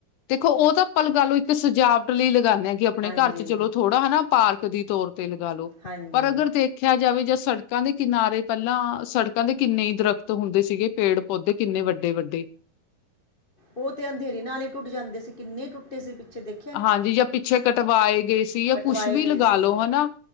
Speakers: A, on the left; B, on the left.
A: ਦੇਖੋ ਉਹ ਤਾਂ ਆਪਾਂ ਗੱਲ ਇੱਕ ਸਜਾਵਟ ਲਈ ਲਗਾਉਂਦੇ ਹਾਂ ਕਿ ਆਪਣੇ
B: ਹਾਂਜੀ
A: ਘਰ ਚ ਚਲੋ ਥੋੜ੍ਹਾ ਹੈਨਾ ਪਾਰਕ ਦੀ ਤੌਰ ਤੇ ਲਗਾ ਲੋ
B: ਹਾਂਜੀ
A: ਪਰ ਅਗਰ ਦੇਖ ਦੇਖਿਆ ਜਾਵੇ ਜਾਂ ਸੜਕਾਂ ਦੇ ਕਿਨਾਰੇ ਪਹਿਲਾਂ ਸੜਕਾਂ ਦੇ ਕਿੰਨੇ ਦਰਖਤ ਹੁੰਦੇ ਸੀਗੇ ਪੇੜ ਓਦੇ ਕਿੰਨੇ ਵੱਡੇ ਵੱਡੇ
B: ਉਹ ਤੇ ਅੰਧੇਰੀ ਨਾਲ ਹੀ ਟੁੱਟ ਜਾਂਦੇ ਸੀ ਕਿੰਨੇ ਟੁੱਟੇ ਸੀ ਪਿੱਛੇ ਦੇਖੇ
A: ਹਾਂਜੀ ਜਾਂ ਪਿੱਛੇ ਕਟਵਾਏ ਗਏ ਸੀ ਜਾਂ
B: ਕਟਵਾਏ
A: ਕੁਛ ਵੀ
B: ਗਏ
A: ਲਗਾ
B: ਸੀ
A: ਲਓ ਹਨਾ